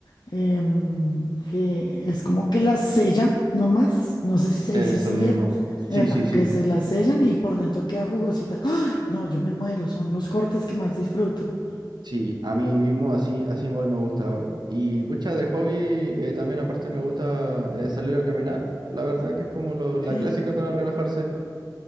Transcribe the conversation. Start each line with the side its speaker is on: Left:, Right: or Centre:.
Left: em, que es como que las sellan nomás, no sé si se
Right: Eso
Left: dice así
Right: mismo.
Left: bien,
Right: Sí,
Left: epa,
Right: sí, sí.
Left: que se las sellan y por dentro queda jugosita. ¡Ay! No, yo me muero, son los cortes que más disfruto.
Right: Sí, a mí mismo así, así igual me gusta. weón. Y pucha, de hobby eh, también aparte me gusta eh, salir a caminar. La verdad que es como lo-
Left: Ok,
Right: la clásica para relajarse.